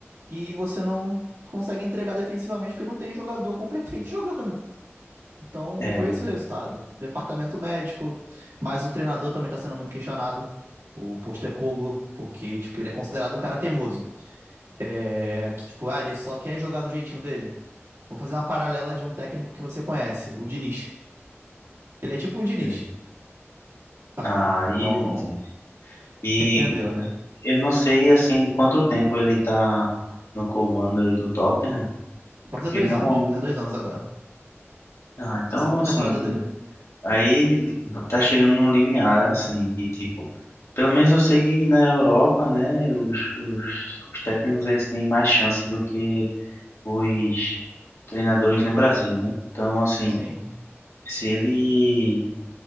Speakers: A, on the right (about 80°); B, on the left (about 75°).
A: e você não consegue entregar defensivamente porque não tem jogador <laughs> competente jogando. Então
B: É,
A: foi esse o resultado. Departamento médico, mas o treinador também está sendo muito questionado. O Postecoglou, porque, tipo, ele é considerado um cara teimoso. É que, tipo, ah, ele só quer jogar do jeitinho dele. Vou fazer uma paralela de um técnico que você conhece, o Diniz. Ele é tipo um Diniz,
B: é.
A: sabe?
B: aí
A: Então,
B: é difícil. E
A: você entendeu, né?
B: Eu não sei assim quanto tempo ele tá no comando aí do Tottenham,
A: Vai
B: porque
A: fazer dois
B: normalmente,
A: anos, vai fazer dois anos agora.
B: ah, então
A: Segunda
B: assim,
A: temporada dele.
B: aí tá chegando no limiar assim de tipo, pelo menos eu sei que na Europa, né, os, os, os técnicos eles têm mais chance do que os treinadores no Brasil, né? Então assim,
A: Sim,
B: se ele